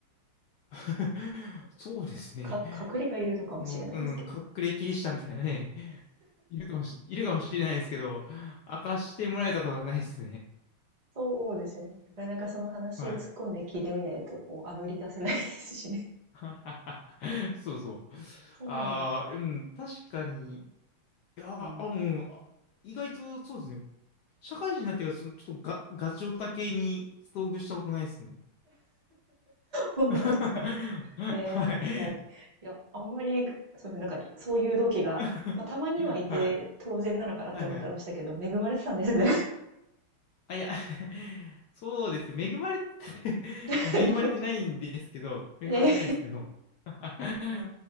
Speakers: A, on the left; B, on the right.
A: <laughs> そうですね。
B: か隠れがいるのかもしれないですけど。
A: その、うん、隠れキリシタンみたいなね、いるかもし、いるかもしれないですけど、明かしてもらえたことはないですね。
B: そうですよね。なかなかその話突っ込んで聞いてみないと、
A: はい。
B: こう、炙り出せないですしね。
A: <laughs> そうそう。
B: そうなんです。
A: ああ、うん、確かに。いや、
B: うん。
A: あ、うん、あ意外とそうですね。社会人になってから、そのちょっとガ、ガチオタ系に遭遇したことないですね。
B: 本当ですか。
A: <laughs>
B: ええ、
A: はい。
B: そっか。じゃあ、いや、あんまり、そうですね、なんか、いそういう同期が、
A: <laughs>
B: まあ、たまにはいて当然なのかなって思ってましたけど、
A: はい。はいはい。
B: 恵まれてたんですね。
A: あ、いや、<laughs> そうですね。恵まれて、<laughs> いや、
B: <laughs>
A: 恵まれてないんですけど、
B: めぐ
A: 恵まれてないんですけど、
B: いやいや
A: <laughs>
B: ああ、